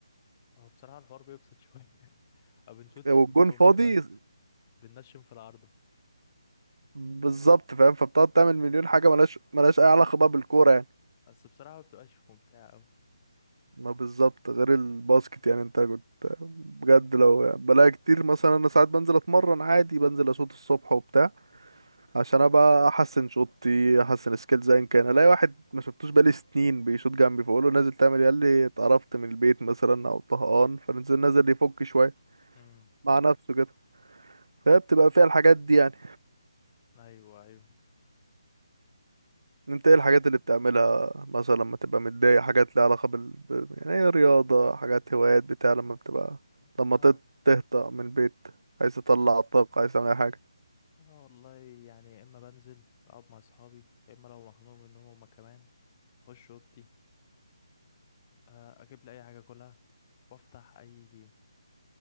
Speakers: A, on the left; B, on the right.
A: هو بصراحة الحوار بيبسط شوية <laughs> ما بنشوطش
B: والجون
A: في الجون
B: فاضي
A: بيبقى بننشم في العارضة
B: بالظبط فاهم فبتقعد تعمل مليون حاجة ملهاش ملهاش أي علاقة بقى بالكورة يعني
A: بس بصراحة ما بتبقاش ممتعة أوي
B: ما بالظبط غير الباسكت يعني انت كنت بجد لو يعني بلاقي كتير مثلا انا ساعات بنزل اتمرن عادي بنزل اشوط الصبح وبتاع عشان ابقى احسن شوطي احسن سكيلز ايا كان الاقي واحد ما شفتوش بقالي سنين بيشوط جنبي فاقول له نازل تعمل ايه قال لي اتقرفت من البيت مثلا او طهقان فنزل نازل يفك شويه
A: امم
B: مع نفسه كده فهي بتبقى فيها الحاجات دي يعني
A: أيوه أيوه
B: انت ايه الحاجات اللي بتعملها مثلا لما تبقى متضايق حاجات ليها علاقه بال ب- يعني ايه رياضه حاجات هوايات بتاع لما بتبقى
A: آه,
B: لما تت-
A: ب...
B: تهطأ من البيت عايز تطلع الطاقه عايز تعمل اي حاجه
A: آه والله يعني يا إما بنزل أقعد مع أصحابي يا إما لو مخنوق منهم هما كمان أخش أوضتي آه أجيب لي أي حاجة أكلها وأفتح أي جيم